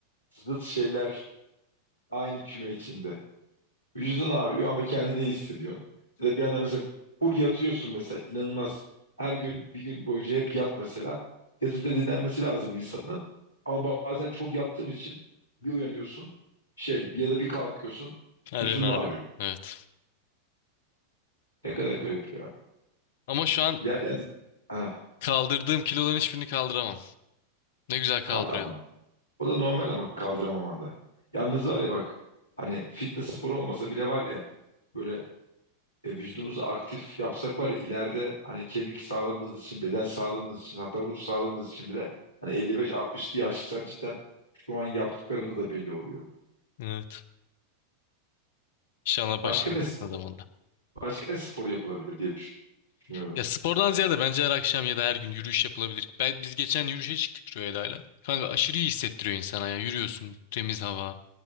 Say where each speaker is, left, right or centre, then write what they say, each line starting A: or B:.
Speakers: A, on the left; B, on the left.
A: zıt şeyler aynı küme içinde. Vücudun ağrıyor ama kendini iyi hissediyorsun. Ya da bir anda mesela full yatıyorsun mesela inanılmaz. Her gün bir gün boyunca hep yat mesela. Yatınca dinlenmesi lazım insanın. Ama bazen çok yattığın için bir uyanıyorsun şey bir ya da bir kalkıyorsun
B: Harbiden
A: vücudun
B: harbiden.
A: ağrıyor.
B: Evet.
A: Ne kadar garip ya.
B: Ama şu an
A: İlerleyen zaman... Ha,
B: kaldırdığım kiloların hiçbirini kaldıramam. Ne güzel kaldırıyordum.
A: kaldı O da normal ama kaldıramamanda. Yalnız var ya bak hani fitness sporu olmasa bile var ya böyle e, vücudumuzu aktif yapsak var ya ileride hani kemik sağlığımız için, beden sağlığımız için hatta ruh sağlığımız için bile hani 55-60'lı yaşlar cidden şu an yaptıklarımız da belli oluyor.
B: Evet. İnşallah
A: Başka
B: başarırız
A: ne sp-
B: yakın zamanda.
A: başka ne sporu yapılabilir diye düş- düşünüyorum.
B: Ya spordan ziyade bence her akşam ya da her gün yürüyüş yapılabilir. Ben, biz geçen yürüyüşe çıktık Rüyayda'yla. Kanka aşırı iyi hissettiriyor insana ya. Yürüyorsun temiz hava.